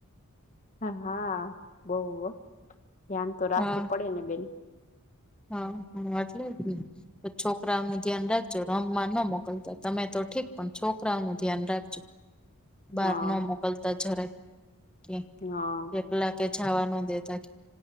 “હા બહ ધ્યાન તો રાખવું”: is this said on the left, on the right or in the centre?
Left